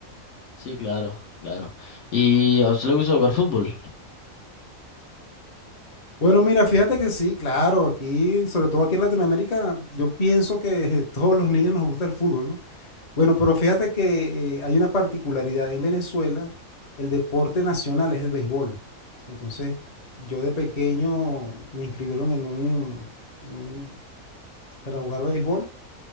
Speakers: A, on the left; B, on the left.
A: Sí, claro, claro. ¿Y a usted le gusta jugar fútbol? <laughs>
B: Bueno, mira, fíjate que sí, claro, aquí, sobre todo aquí en Latinoamérica, yo pienso que <laughs> todos los niños nos gusta el fútbol, ¿no? Bueno, pero fíjate que eh, hay una particularidad. En Venezuela, el deporte nacional es el béisbol. Entonces, yo de pequeño me inscribieron en un, en un, para jugar béisbol.